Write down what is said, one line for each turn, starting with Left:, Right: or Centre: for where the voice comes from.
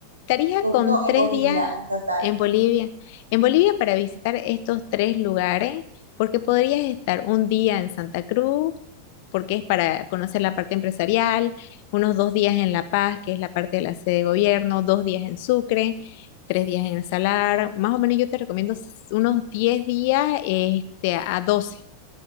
Left: Tarija
Right: en-
Left: con
Right: no,
Left: tres
Right: en Bolivia,
Left: días
Right: en total.
Left: en Bolivia. En Bolivia para visitar estos tres lugares, porque podrías estar un día en Santa Cruz, porque es para conocer la parte empresarial, unos dos días en La Paz, que es la parte de la sede de gobierno, dos días en Sucre, tres días en El Salar. Más o menos yo te recomiendo s- unos 10 días este, a doce,